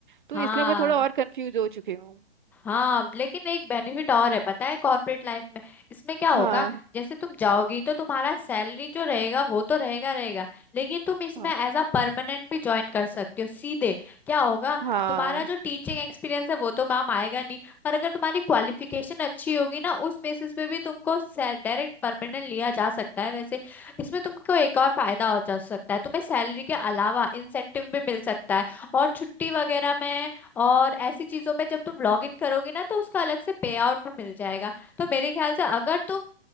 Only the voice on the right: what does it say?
तो
इसलिए मैं थोड़ा और कंफ्यूज हो चुकी हूँ
हाँ
हाँ
हाँ